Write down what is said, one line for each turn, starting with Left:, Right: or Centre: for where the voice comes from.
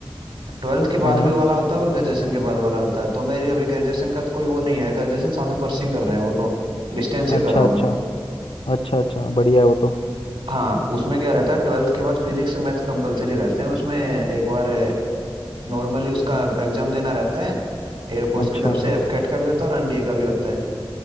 Right: ट्वेल्थ के
Left: हाँ
Right: बाद भी वाला होता है और ग्रेजुएशन के बाद वाला होता है तो मेरी अभी ग्रेजुएशन का तो कोई वो नहीं है ग्रेजुएशन साथ में परसिंग कर रहे हैं वो तो डिस्टेंस से
Left: अच्छा
Right: कर रहा
Left: अच्छा
Right: हूँ मैं
Left: अच्छा अच्छा बढ़िया है वो तो
Right: हाँ उसमें क्या रहता है ट्वेल्थ के बाद फिजिक्स और मैथ कंपलसरी रहते हैं उसमें एक बार नॉर्मली उसका
Left: हम्म,
Right: एग्जाम देना रहता है एयरफोर्स
Left: अच्छा
Right: की तरफ से एफकेट का भी होता है और एनडीए का भी होता है